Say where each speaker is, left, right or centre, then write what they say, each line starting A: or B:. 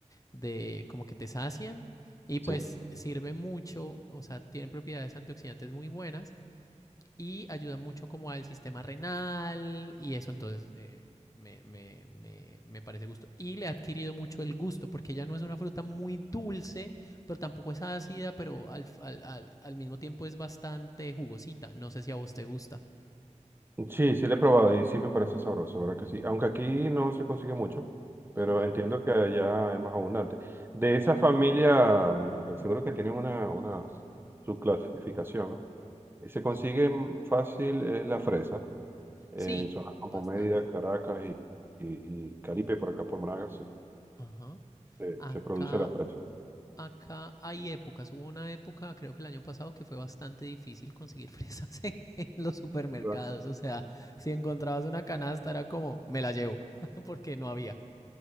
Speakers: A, on the left (about 25°); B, on the right (about 20°).
A: de como que te sacian y pues
B: sí.
A: sirve mucho, o sea, tienen propiedades antioxidantes muy buenas y ayuda mucho como al sistema renal y eso, entonces eh, me, me, me, me parece gusto. Y le ha adquirido mucho el gusto, porque ella no es una fruta muy dulce, pero tampoco es ácida, pero al, al, al, al mismo tiempo es bastante jugosita. No sé si a vos te gusta.
B: Sí, sí lo he probado y sí me parece sabroso, ¿verdad que sí? Aunque aquí no se consigue mucho, pero
A: Mm,
B: entiendo que allá es más abundante. De esa familia, mm, seguro que tienen una, una subclasificación, ¿no? Y Se consigue
A: ajá.
B: mm, fácil es la fresa, eh,
A: Sí,
B: en zonas como
A: bastante.
B: Mérida, Caracas y, y- y Caripe, por acá por Monagas, sí,
A: Ajá.
B: se,
A: Acá
B: se produce la fresa.
A: Acá hay épocas. Hubo una época, creo que el año pasado, que fue bastante difícil conseguir <laughs> fresas en, en los supermercados.
B: ¿Verdad?
A: O sea, si encontrabas una canasta era como, me la llevo, <laughs> porque no había.